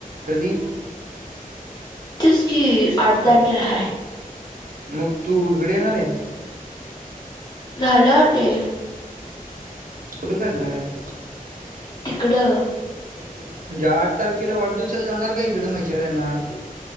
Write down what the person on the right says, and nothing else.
कधी?
मग तू हिकडं येणार आहेस?
कुठे करणार आहेत?
म्हणजे आठ तारखे खेला वाढदिवसाला जाणार काय, हीकड मैहिशाळ ला येणार?